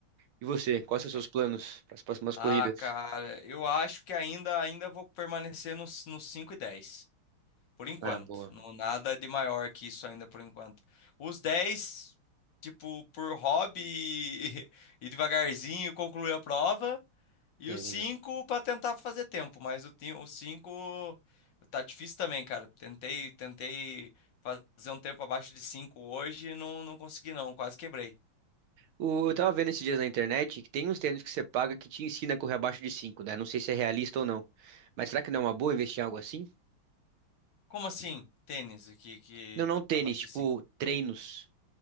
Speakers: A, on the right (about 75°); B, on the left (about 65°).
A: E você, quais são os seus
B: É.
A: planos para as próximas
B: Ah,
A: corridas?
B: cara, eu acho que ainda, ainda vou permanecer nos, nos 5 e 10, Por enquanto.
A: Ah, boa.
B: Não, nada de maior que isso ainda por enquanto. Os 10, tipo, por hobby e, <laughs> e devagarzinho concluir a prova. E
A: É,
B: o 5
A: legal.
B: para tentar fazer tempo, mas o ti- o 5 tá difícil também, cara. Tentei, tentei fazer um tempo abaixo de 5 hoje e não, não consegui não, quase quebrei.
A: O- eu tava vendo esses dias na internet que tem uns tênis que você paga que te ensina a correr abaixo de 5, né? Não sei se é realista ou não. Mas será que não é uma boa investir em algo assim?
B: Como assim? Tênis, o que que
A: Não, não tênis,
B: abaixo
A: tipo
B: de cinco
A: treinos.